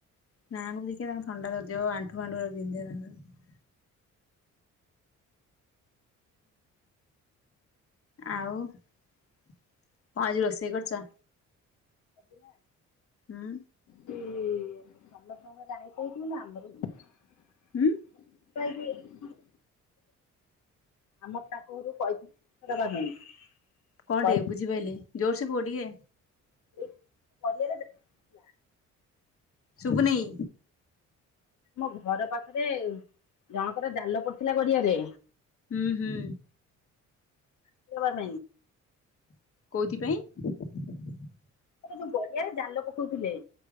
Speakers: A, on the left; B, on the left.
A: ନାକ ତାଙ୍କ ଥଣ୍ଡା ଧରିଯିବ ଆଣ୍ଠୁ ଫାଣ୍ଠୁ <unintelligible> ହଁ ଆଉ କଣ ଆଜି ରୋଷେଇ କରିଚ?
B: ଆଜି ନା
A: ହୁଁ
B: ସେ ସମସ୍ତଙ୍କର ଆଇଁଷ ହେଇଚି ମାନେ ଆମର ବି ହେବ
A: ହୁଁ
B: ମୁଁ କହିଲି ଆମର ତାଙ୍କ ଘରୁ କହିଥିଲି <unintelligible>
A: କଣ
B: କହିଥିଲି
A: ଟେ ବୁଝିପାରିଲି ଜୋରସେ କୁହ ଟିକେ।
B: <unintelligible>
A: ଶୁଭୁନେଇ?
B: ଆମ ଘର ପାଖରେ ଜଣଙ୍କର ଜାଲ ପଡିଥିଲା ଗଡିଆରେ
A: ହୁଁ ହୁଁ
B: ପକେଇବା ପାଇଁ
A: କୋଉଥିପାଇଁ?
B: ସେଟା ଯୋଉ ଗଡିଆରେ ଜାଲ ପକଉଥିଲେ